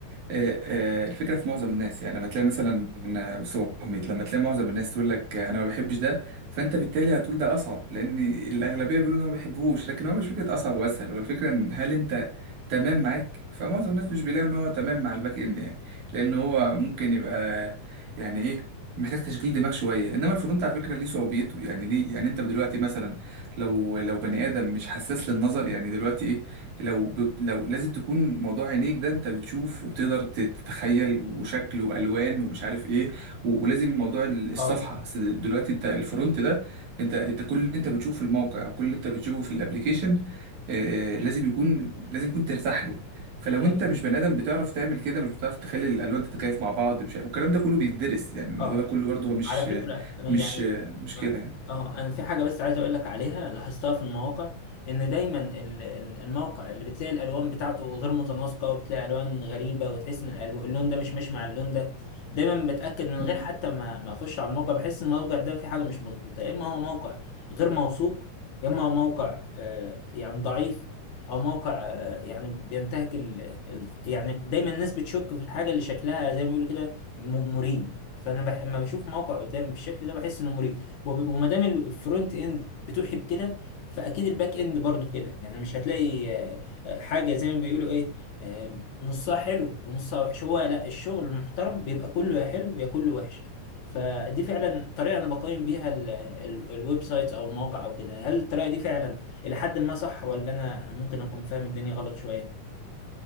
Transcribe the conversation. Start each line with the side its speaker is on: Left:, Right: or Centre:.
Right: آه، آه، الفكره في معظم الناس يعني لما تلاقي مثلا آه، بص يا أبو حميد لما تلاقي معظم الناس تقول لك آه، انا ما بحبش ده فانت بالتالي هتقول ده اصعب لان الاغلبيه بيقولوا ان هو ما بيحبوهوش لكن هو مش فكره اصعب واسهل هو الفكره ان هل انت تمام معاك فمعظم الناس مش بيلاقوا ان هو تمام مع الباك اند يعني لان هو ممكن يبقى يعني ايه محتاج تشغيل دماغ شويه انما الفرونت على فكره ليه صعوبيته يعني ليه يعني انت دلوقتي مثلا لو لو بني ادم مش حساس للنظر يعني دلوقتي ايه لو ب... لو لازم تكون موضوع عينيك ده انت بتشوف وبتقدر تتخيل وشكل والوان ومش عارف ايه و... ولازم موضوع ال- الصفحه
Left: اه
Right: أصل دلوقتي انت الفرونت ده انت انت كل اللي انت بتشوفه في الموقع او كل اللي انت بتشوفه في الابليكيشن آه... لازم يكون لازم يكون ترتاح له فلو
Left: فاهم.
Right: انت مش بني ادم بتعرف تعمل كده مش بتعرف تخلي الالوان تتكيف مع بعض مش عارف- والكلام ده كله بيتدرس يعني الموضوع
Left: اه
Right: ده كله برضه هو مش
Left: على فكرة يعني
Right: مش مش كده
Left: اه انا في حاجة بس عايز اقول لك عليها لاحظتها في المواقع ان دايما ال- ال- الموقع اللي بتلاقي الالوان بتاعته غير متناسقة وبتلاقي الوان غريبة وتحس ان الألو- اللون ده مش ماشي مع اللون ده دايما بتأكد من غير
Right: يعني
Left: حتى ما ما اخش على الموقع بحس ان الموقع ده في حاجة مش مظبوطة يا اما هو موقع غير موثوق يا اما هو موقع آه، يعني ضعيف او موقع آه، يعني بينتهك ال... ال- يعني دايما الناس بتشك في الحاجة اللي شكلها زي ما بيقولوا كده م- مريب فانا بح... لما بشوف موقع قدامي بالشكل ده بحس انه مريب وب... وما دام الفرونت اند بتوحي بكده فاكيد الباك اند برضو كده يعني مش هتلاقي آه، آه، حاجه زي ما بيقولوا ايه آه، نصها حلو ونصها وحش هو لا الشغل المحترم بيبقى كله يا حلو يا كله وحش فدي فعلا طريقه انا بقيم بيها ال... ال... الويب سايت او المواقع او كده هل الطريقه دي فعلا الى حد ما صح ولا انا ممكن اكون فاهم الدنيا غلط شويه